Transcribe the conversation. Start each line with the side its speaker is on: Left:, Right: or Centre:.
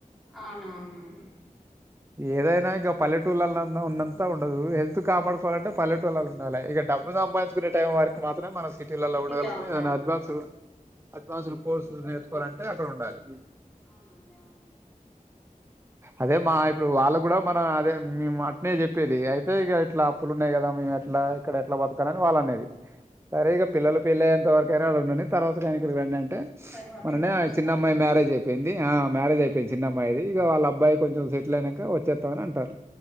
Centre: అవునవునవును
Right: ఏదైనా ఇంక పల్లెట్ టుల్లాల అన్న ఉన్నంత ఉండదు హెల్త్ కాపాడుకోవాలంటే పల్లెటూల్లల ఉండాల ఇగ డబ్బు సంపాదించుకును తేమ్ వర్క్ మాత్రేమే మనస్ సిటీలల
Centre: సిటీలో
Right: ఉండగలుగుతాం
Centre: ఉండాలి
Right: ఏ అడ్వాన్ అడ్వాన్స్ కోర్సులు నేర్చుకోవాలంటే అక్కడ ఉండాలి
Centre: అవునండి అవును
Right: అదే మా ఇప్పుడు వాళ్ళ కూడా మనం అదే ఈ మాట్నే చెప్పేది అయితే ఇగ ఇట్లా ప్పులు ఉన్నాయి కదా మీ అట్లా ఇక్కడ ఎట్లా బతకాలని వాళ్ళ అనేది సరే ఇక పిల్లలు పళ్ళేంతరకైనా అళ ఉండండి తరవాత కానీకాడికి రండండ్
Centre: తర్వాత
Right: మోననే
Centre: ఇక్కడికి
Right: ఆ
Centre: వస్తే
Right: చిన్నమ్మాయి
Centre: అయిపోతు
Right: మ్యారేజ్ అయిపోయింది ఆ మ్యారేజయిపోయింది
Centre: అవును
Right: చిన్నమ్మాయిది ఇగ వాళ్ళ అబ్బాయి కొంచెం సెటిల్ అయినం క వచ్చేతమని అంటారు